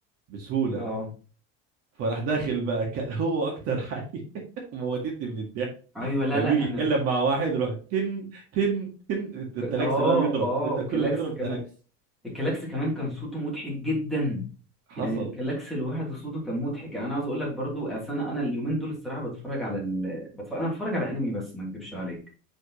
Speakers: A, on the right (about 45°); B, in the centre.
A: بسهوله
B: اه
A: فراح داخل بقى كان <laughs> هو اكتر حاجه <laughs> موتتني من الضحك
B: ايوه لا
A: لما
B: لا
A: يجي يتكلم
B: انا
A: مع واحد يروح تن تن تن
B: ف-
A: التلاكس
B: اه
A: بقى بيضرب
B: اه
A: انت
B: الكلاكس
A: كله بيضرب
B: كمان
A: التلاكس
B: الكلاكس كمان كان صوته مضحك جدا
A: حصل
B: يعني الكلاكس لوحده صوته كان مضحك يعني انا عاوز اقول لك برضو أصل انا انا اليومين دول الصراحه بتفرج على ال... بتفرج... انا بتفرج على انمي بس ما اكدبش عليك